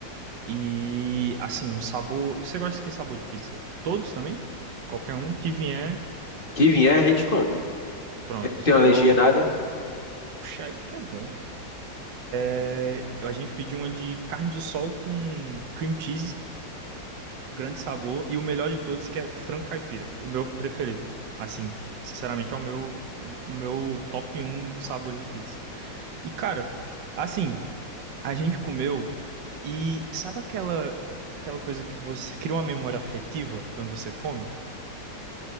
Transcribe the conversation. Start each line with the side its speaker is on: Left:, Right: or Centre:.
Right: E, assim, um sabor. Você gosta de que sabor de pizza? Todos também? Qualquer um que vier,
Left: Que vier, a gente come.
Right: pronto.
Left: Eu não tenho alergia
Right: Eu.
Left: a nada
Right: Poxa aí que é bom. É, a gente pediu uma de carne de sol com cream cheese, grande sabor, e o melhor de todos que é frango caipira. O meu preferido, assim, sinceramente é o meu, o, o meu top um sabores de pizza. E cara, assim, a gente comeu e sabe aquela aquela coisa que você cria uma memória afetiva quando você come?